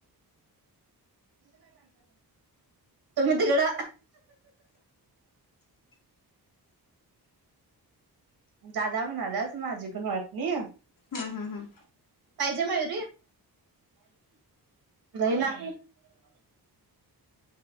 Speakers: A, on the right (about 65°); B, on the left (about 55°).
A: तुम्ही तिकड दादा म्हणाल्यांत माझी पण वाटनी
B: हम् हम् हम्
A: पाहिजे मयुरी होय ना.